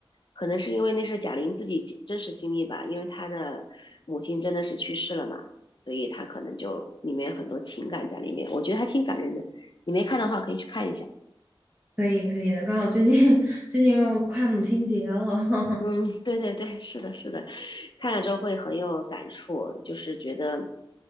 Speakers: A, on the left; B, on the right.
A: 可能是因为那是贾玲自己经真实经历吧，因为她的母亲真的是去世了嘛，所以她可能就里面有很多情感在里面。我觉得还挺感人的，你没看的话可以去看一下。
B: 可以可以的，刚好最近 <laughs> 最近又快母亲节了。
A: 嗯，
B: <laughs>
A: 对对对，是的，是的，看了之后会很有感触，就是觉得，